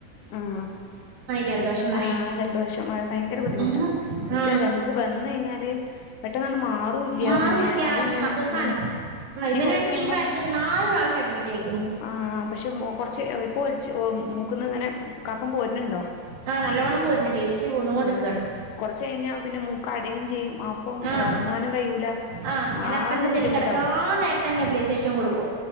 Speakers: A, on the left (about 80°); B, on the right (about 70°).
A: ആഹ്
B: ജലദോഷം എന്ന്
A: ആഹ് ജലദോഷം ഭയങ്കര
B: പറയും
A: ബുദ്ധിമുട്ടാ എനിക്കത
B: ആ
A: നമുക്ക് വന്നഴി ഞ്ഞാല് പെട്ടെന്ന് ന്ന്മാറൂല
B: മാറൂല്ല
A: പിന്നെ അതിങ്ങനെ
B: ഇനി മക്കൾക്കാണ്
A: ഉം
B: ആ
A: ഇനി
B: ഇവനാണെങ്കി
A: കൊറ്ച്ചയുമ്പം
B: ഈ പ്രായത്തിലൊക്കെ നാല് പ്രാവശ്യം അഡ്മിറ്റ് ആയിക്കണ്
A: ആഹ് പക്ഷെ <unintelligible> പ്പൊൽച്ച് ഒ മൂക്ക്ന്ന് ഇങ്ങനെ കഫം പോര്‌ന്ണ്ടോ
B: ആഹ് നല്ലോണം പോരുന്നുണ്ട് എലിച്ച് പോന്നോണ്ട്ക്കാണ്
A: ആഹ് കൊറച്ചഴി ഞ്ഞാ പിന്നെ മൂ കടയും ചെയ്യും അപ്പ
B: ആഹ്
A: ഉറങ്ങാനും കഴിയൂല
B: ആഹ് ഞാൻ
A: ആകെ
B: അപ്പ എന്താച്ചാല്
A: ബുദ്ധിമുട്ടാകും
B: കിടക്കാൻ നേരത്തന്നെ നെബുലൈസേഷൻ കൊടുക്കും